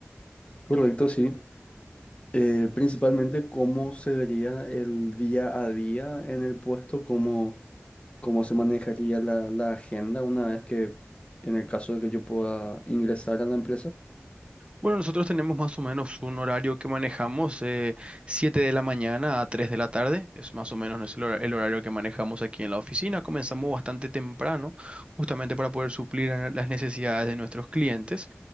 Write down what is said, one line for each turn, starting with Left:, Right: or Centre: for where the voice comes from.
Left: Correcto, sí. Eh, principalmente cómo se vería el día a día en el puesto, como cómo se manejaría la, la agenda una vez que, en el caso de que yo pueda ingresar a la empresa.
Right: Bueno, nosotros tenemos más o menos un horario que manejamos, eh, 7 de la mañana a 3 de la tarde. Es más o menos nuestro hora- el horario que manejamos aquí en la oficina. Comenzamos bastante temprano, justamente para poder suplir eh, las necesidades de nuestros clientes.